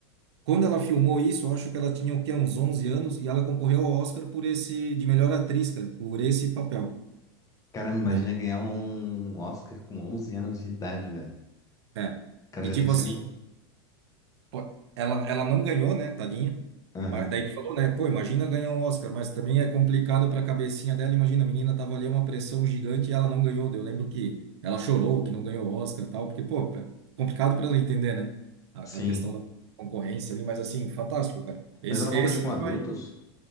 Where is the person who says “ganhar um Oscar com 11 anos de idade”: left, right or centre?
Left